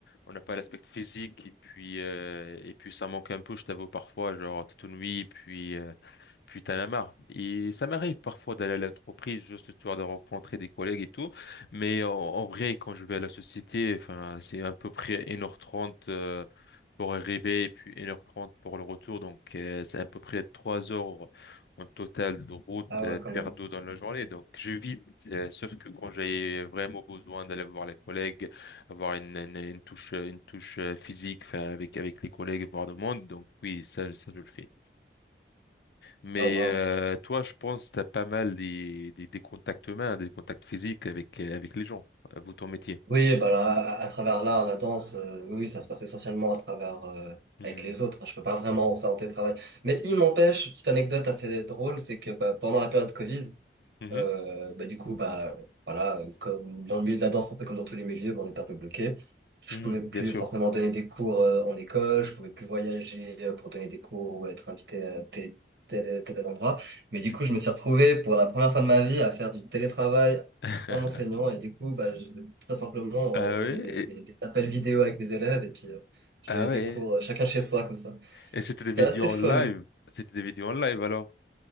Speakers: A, on the left; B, on the right.
A: On n'a pas l'aspect physique et puis euh, et puis ça manque un peu, je t'avoue parfois, genre t'es tout nuit, puis euh, puis t'en as marre. Et ça m'arrive parfois d'aller à l'entreprise juste histoire de rencontrer des collègues et tout, mais en, en vrai, quand je vais à la société, enfin, c'est à peu près une heure trente euh, pour arriver et puis une heure trente pour le retour, donc euh, c'est à peu près 3 heures en total de route
B: Ah
A: euh,
B: ouais, quand
A: perdu
B: même.
A: dans la journée. Donc je vis, euh, sauf que quand j'ai vraiment besoin d'aller voir les collègues, avoir une, une, une touche, une touche euh, physique, enfin, avec avec les collègues, voir le monde, donc oui, ça, ça je le fais. Mais
B: Ah, wow.
A: euh, toi, je pense que tu as pas mal des, des, des contacts humains, des contacts physiques avec, euh, avec les gens, euh, vous, ton métier.
B: Oui, bah là, à, à travers l'art, la danse, euh, oui, oui, ça se passe essentiellement à travers euh,
A: Mhm.
B: avec les autres. hein. Je peux pas vraiment en faire en télétravail. Mais il m'empêche, petite anecdote assez drôle, c'est que bah, pendant la période Covid,
A: Mhm.
B: euh, bah, du coup, bah, voilà, comme dans le milieu de la danse, un peu comme dans tous les milieux, bah, on était un peu bloqué. Je
A: Mhm,
B: pouvais plus
A: Bien sûr.
B: forcément donner des cours euh, en école, je pouvais plus voyager euh, pour donner des cours ou être invité à tel, tel, tel endroit. Mais
A: Mhm.
B: du coup, je me suis retrouvé pour la première fois de ma vie à faire du télétravail
A: <laughs>
B: en enseignant. Et du coup, bah, je- très simplement,
A: Ah
B: on,
A: oui,
B: on faisait des,
A: et-
B: des, des appels vidéo avec mes élèves et puis euh, je
A: ah
B: donnais des
A: ouais.
B: cours euh, chacun chez soi comme ça.
A: Et c'était
B: C'était
A: des vidéos
B: assez
A: en
B: fun.
A: live. C'était des vidéos en live alors.